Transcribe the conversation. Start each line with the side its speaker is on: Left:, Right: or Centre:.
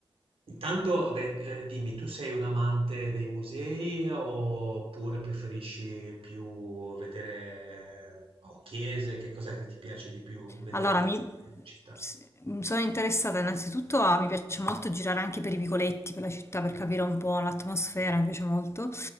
Right: intanto, beh, eh, dimmi, tu sei un amante dei musei oppure preferisci più vedere eh, o chiese? Che cos'è che ti piace di più vedere
Left: Allora,
Right: nella
Left: mi
Right: città?
Left: s- mi sono interessata innanzitutto a, mi piace molto girare anche per i vicoletti, per la città, per
Right: Mm.
Left: capire un po' l'atmosfera, mi piace molto.